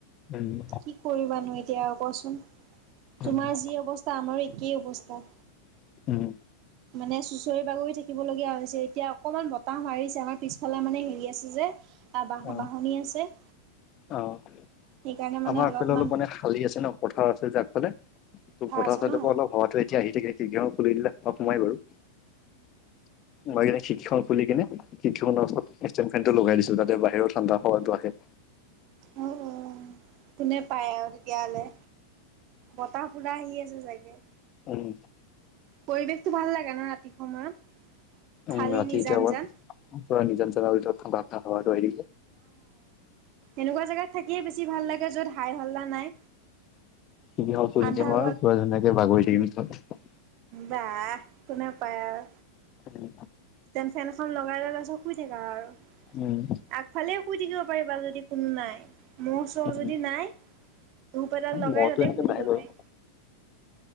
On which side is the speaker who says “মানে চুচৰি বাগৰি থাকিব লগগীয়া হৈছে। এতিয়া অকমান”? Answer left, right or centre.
Right